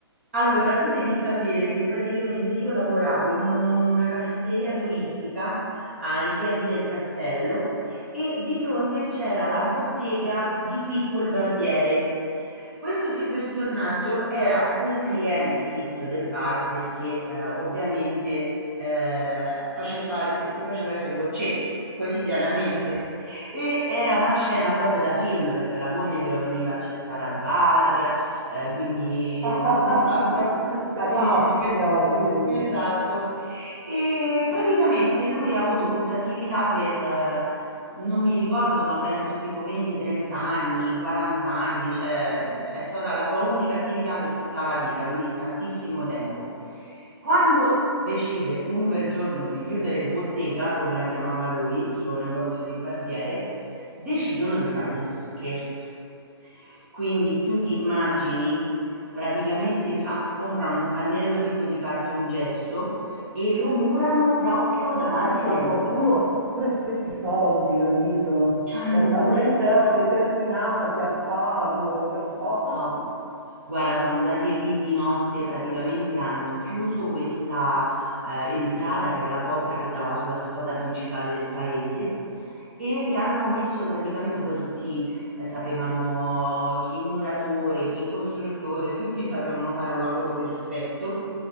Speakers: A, on the right; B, on the right.
A: Allora, tu devi sapere che praticamente io lavoravo in una caffetteria turistica ai piedi del castello e di fronte c'era la bottega di Pippo il Barbiere. Questo sì personaggio era un cliente fisso del bar perché eh, ovviamente eh, faceva- si faceva i suoi goccetti quotidianamente e era una scena proprio da film perché la moglie che lo veniva a cercare al bar, Ehm, quindi,
B: <laughs>
A: ehm, sembrava proprio
B: La
A: sì,
B: classica,
A: di que
B: sì.
A: esatto. E praticamente lui ha avuto questa attività per eh, non mi ricordo, ma penso tipo 20, 30 anni, 40 anni, cioè è stata la sua unica attività per tutta la vita, quindi tantissimo tempo. Quando decide un bel giorno di chiudere bottega, come la chiamava lui, il suo negozio di barbiere, decidono di fargli sto scherzo. Quindi tu ti immagini, praticamente fa- comprano un pannello tipo di cartongesso e lo murano proprio davanti
B: Cioè, ci
A: all'entrata.
B: hanno puro- pure speso i soldi, capito?
A: C'hanno
B: Cioè, talmente
A: pure spese.
B: erano determinati a farlo, per forza.
A: Ah, o guarda sono andati lì di notte, praticamente hanno chiuso questa, ehm, entrata che era la porta che dava sulla strada principale del paese e gli hanno messo praticamente poi tutti, ehm, sapevano chi muratore, chi costruttore, tutti sapevano fare un lavoro perfetto